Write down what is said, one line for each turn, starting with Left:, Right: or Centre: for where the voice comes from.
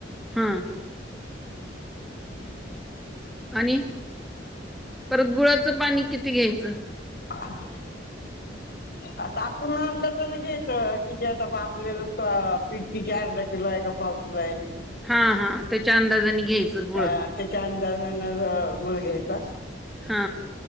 Centre: ह्म. आणि, परत गुळाचं पाणी, किती घ्यायचं?
Left: ह <inaudible> आता आपण अंदाजान घ्यायच, किती आता आपल्याला, पिट कीती अर्धा किलो हाय का, पाव किलो आहे?
Centre: हां हां, त्याच्या अंदाजाने, घ्यायचं गुळ.
Left: अ त्याच्या अंदाजान गुळ घ्यायचा.
Centre: हा.